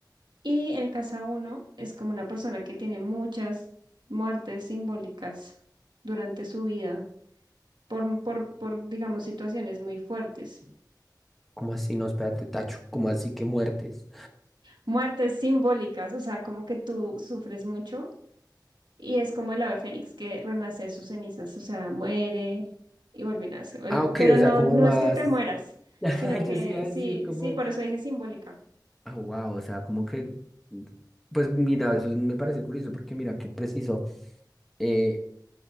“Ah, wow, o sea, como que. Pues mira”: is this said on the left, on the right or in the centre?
Centre